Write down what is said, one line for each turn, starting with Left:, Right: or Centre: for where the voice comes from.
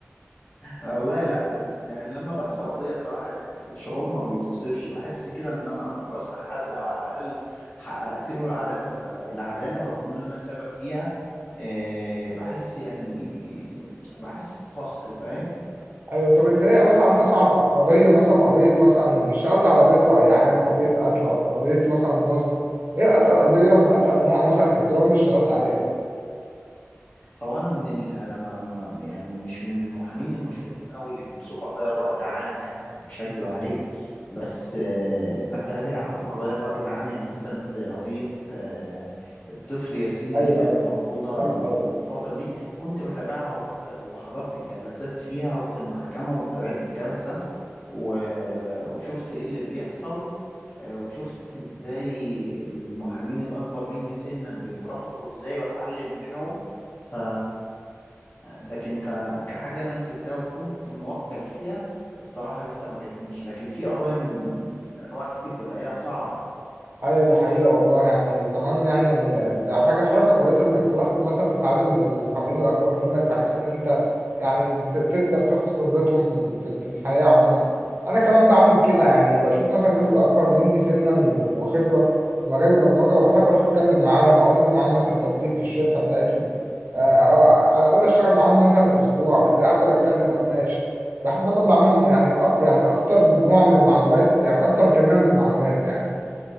Left: أنا والله لا يعني لما بكسب قضية بصراحة يعني شعور ما بيتوصفش بحس كده إن أنا أنقذت حد أو على الأقل حققت له العدالة بقى العدالة بكون أنا سبب فيها آه، بحس يعني بحس بفخر فاهم
Right: <laughs> أيوة طب أنت إيه مثلا أصعب قضية مثلا قضية مثلا اشتغلت على قضية رأي عام قضية قتل قضية مثلا نصب إيه أتقل قضية من أتقل نوع مثلا إجرام اشتغلت عليها؟
Left: هو انا من ال... انا ما... ما ما- يعني مش من المحامين المشهورين قوي اللي بيمسكوا قضايا الرأي العام يعني مش هكدب عليك بس آه، بتابع قضايا الرأي العام يعني مثلا زي قضية آه، الطفل ياسين اللي
Right: أيوه
Left: كانت
Right: أيوه
Left: مفروضة
Right: أيوه
Left: من فترة دي كنت بتابعها وبحضر وحضرت الجلسات فيها رحت المحكمة وتابعت الجلسة و... وشفت ايه اللي بيحصل آه، وشفت ازاي المحامين الاكبر مني سنا بيترفعوا ازاي واتعلم منهم ف لكن ك... كحاجه انا مسكتها وكنت موكل فيها الصراحه لسه ما جاتليش لكن في قضايا م- من انواع كتير بلاقيها صعبه يعني
Right: ايوه دي حقيقة والله يعني كمان يعني ده حاجة حركة كويسة انك تروح مثلا تتعلم من المحامين الاكبر منك بحيث ان انت يعني ت- تقدر تاخد خبرتهم في ال- في في الحياة عموما انا كمان بعمل كده يعني بشوف مثلا الناس الاكبر مني سنا وخبرة في مجال البرمجة وبحب اروح اتكلم معاهم او انزل معاهم مثلا تدريب في الشركة بتاعتهم آه، او على الاقل اشتغل معاهم مثلا اسبوع بتاع افضل اتكلم واتناقش بحب اطلع منهم يعني أك يعني اكتر نوع من المعلومات يعني اكتر كمية من المعلومات يعني